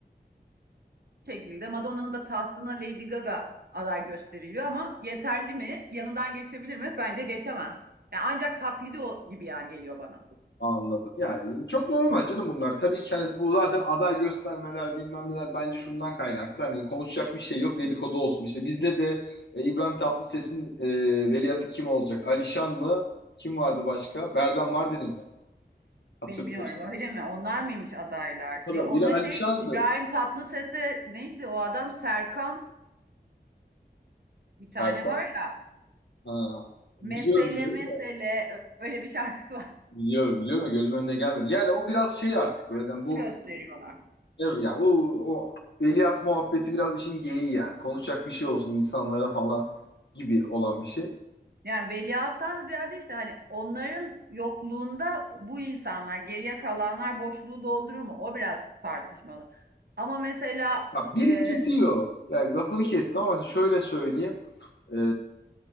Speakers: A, on the right (about 65°); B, on the left (about 85°).
A: şekilde Madonna'nın da tahtına Lady Gaga aday gösteriliyor ama yeterli mi? Yanından geçebilir mi? Bence geçemez. Yani ancak taklidi o gibi yani geliyor bana.
B: Anladım. Yani çok normal canım bunlar. Tabii ki hani bu zaten aday göstermeler bilmem neler bence şundan kaynaklı. Hani konuşacak bir şey yok dedikodu olsun. İşte bizde de e, İbrahim Tatlıses'in e, veliahtı kim olacak? Alişan mı? Kim vardı başka? Berdan Mardini mi? Hatırlıyorsun.
A: Bilmiyorum öyle mi? Onlar mıymış adaylar?
B: Tabii
A: Ya ona
B: biri Alişan'dı.
A: şey İbrahim Tatlıses'e neydi o adam Serkan bir
B: Serkan.
A: tane var ya.
B: Ha.
A: Mesele
B: Biliyorum biliyorum
A: mesele
B: da.
A: öyle bir şarkısı var.
B: Biliyorum biliyorum da gözümün önüne gelmedi. Yani o biraz şey artık böyle. Yani
A: Onu
B: bu
A: gösteriyorlar.
B: Evet ya bu o veliaht muhabbeti biraz işin geyiği yani. Konuşacak bir şey olsun insanlara falan gibi olan bir şey.
A: Yani veliahttan ziyade işte hani onların yokluğunda bu insanlar geriye kalanlar boşluğu doldurur mu? O biraz tartışmalı. Ama mesela
B: Ya biri
A: e,
B: çıkıyor. Yani lafını kestim ama şöyle söyleyeyim. Ee,